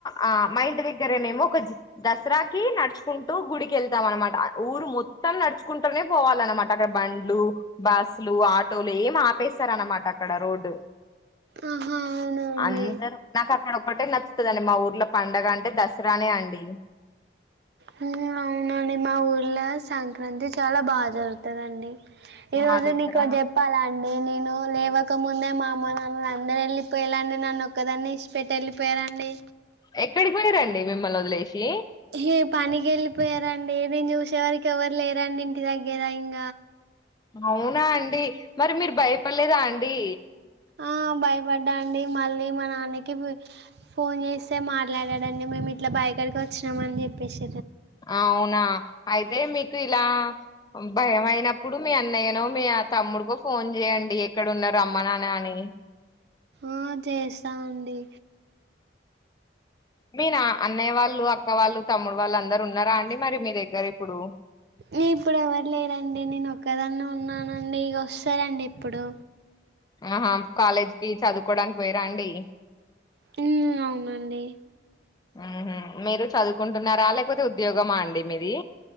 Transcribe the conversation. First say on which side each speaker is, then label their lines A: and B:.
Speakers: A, on the left (about 20°); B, on the right (about 60°).
A: ఆ మా ఇంటి దగ్గరేనేమో ఒక జ దసరాకి నడుచుకుంటూ గుడికి వెళ్తాం అన్నమాట ఊరు మొ త్తం నడుచుకుంటనే పోవాలన్నమాట అక్కడ బండ్లు బస్సులు ఆటోలు ఏం ఆపేస్తారన్నమాట అక్కడ రోడ్
B: ఆహా అవునండి
A: అందరు అదొక్కటే నచ్చుతదండి మా ఊర్లో పండుగంటే దసరానే అండి
B: హూ అవునా అండి మా ఊర్లో సంక్రాంతి చాలా బాగా జరుగుతదండి ఈ
A: మా
B: రోజు
A: దగ్గర
B: నీకోటి చెప్పాలా అండి నేను లేవకముందే మా అమ్మ నాన్నలు అందరెళ్ళి పోయాలాండి నన్ను ఒక్కదాన్ని ఇష్ పెట్టి వెళ్లిపోయారండి
A: ఎక్కడికి పోయిరండి మిమ్మల్ని వదిలేసి
B: ఏ పనికి వెళ్ళిపోయారండి నేను చూసేవరికి ఎవరు లేరండి ఇంటి దగ్గర ఇంకా
A: అవునా అండి మరి మీరు భయపడలేదా అండి
B: ఆ భయపడ్డా అండి మళ్ళీ మా నాన్నకి ఫోన్ చేస్తే మాట్లాడాడండి మేము ఇట్లా బాయ్ కాడికి వచ్చినం అని చెప్పేసి
A: అవునా అయితే మీకు ఇలా భయం అయినప్పుడు మీ అన్నయ్యను మీ తమ్ముడికో ఫోన్ జేయండి ఎక్కడున్నరు రమ్మని అని
B: ఆ చేస్తా అండి
A: మీ నా అన్నయ్య వాళ్ళు అక్క వాళ్ళు తమ్ముడు వాళ్ళు అందరు ఉన్నారా అండి మరి మీ దగ్గర ఇప్పుడు
B: నీ ఇప్పుడు ఎవరు లేరండి నేనొక్కదాన్నే ఉన్నానండి ఇగ వస్తారండి ఇప్పుడు
A: ఆహా కాలేజ్కి చదువుకోవడానికి పోయిరా అండి
B: ఉమ్ అవునండి.
A: ఊహు మీరు చదువుకుంటున్నారా లేకపోతే ఉద్యోగమా అండి మీది